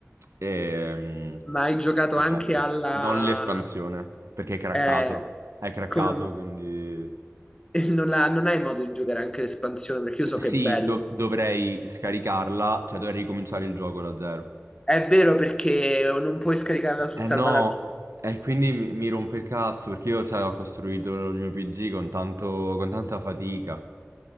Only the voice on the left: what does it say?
Ma hai giocato
anche
alla...
eh,
come... mo-
<laughs> e Non, la- non hai modo di giocare anche l'espansione, perché
io so
che è bello.
È vero perché non puoi scaricarla sul
salvataggio,